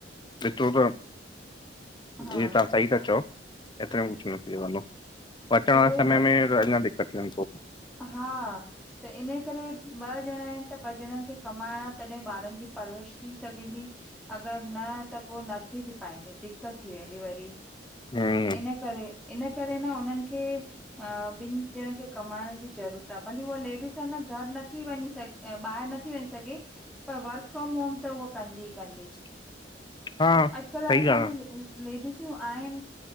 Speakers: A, on the left; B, in the centre.
A: ॾिठो त
B: हा
A: जी तहां सही ता चओ एतिरे में कुछु न थी सघंदो, अचण
B: त
A: वारे
B: उहे
A: समय में त अंञां दिक्क़त थींदन पो
B: हा। त इन्हे करे ॿ ॼणां इनि त ॿ ॼणंनि खे कमाइणा तॾहिं ॿारनि जी परवरिश थी सघंदी अगरि न त पो नत्थी थी पाईंदी दिक़त थी वेंदी वरी।
A: हम्म
B: इन्ह करे इन्ह करे न उन्हनि खे अ ॿिनि ॼणनि खे कमाइण जी ज़रूरत आ भली उहा लेडीस आ न घर नथी वंञीं सघ ॿाहिरि नथी वंञीं सघे पर वर्कफ्रोम होम त उह कंदी कंदी
A: <inaudible>
B: अॼुकल्ह
A: सही
B: असांज्यूं
A: ॻाल्हि आहे
B: लेडिसियूं आहिनि